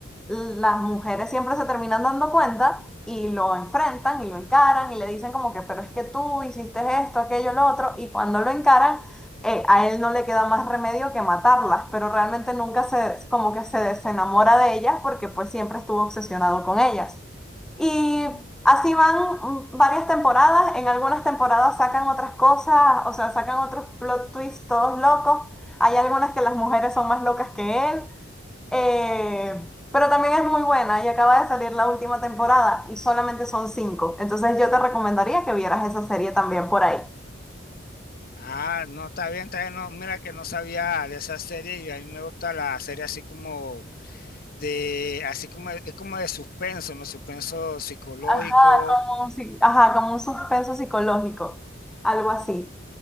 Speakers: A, in the centre; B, on the left.
A: las mujeres siempre se terminan dando cuenta y lo enfrentan y lo encaran y le dicen como que, pero es que tú hiciste esto, aquello, lo otro, y cuando lo encaran, eh, a él no le queda más remedio que matarlas, pero realmente nunca se, como que se desenamora de ellas porque pues siempre estuvo obsesionado con ellas. Y
B: ujú.
A: Así van mm, varias temporadas, en algunas temporadas sacan otras cosas, o sea, sacan otros plot twists todos locos, hay algunas que las mujeres son más locas que él, eh, pero también es muy buena y acaba de salir la última temporada y solamente son cinco, entonces yo te recomendaría que vieras esa serie también por ahí.
B: Ah, no, está bien, está bien. no, mira que no sabía de esa serie y a mí me gusta la serie así como de, así como, es como de suspenso, ¿no? Suspenso psicológico.
A: Ajá, como un, psi- ajá, como un suspenso psicológico, algo así.